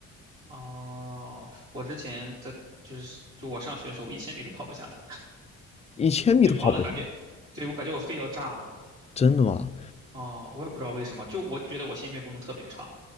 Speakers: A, on the right (about 80°); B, on the left (about 20°).
A: 哦，我之前在就是就我上学的时候，我一千米都跑不下来，
B: 一千米都跑不上，
A: 就跑的感觉，对，我感觉我肺要炸了。
B: 真的吗？
A: 哦，我也不知道为什么，就我觉得我心肺功能特别差。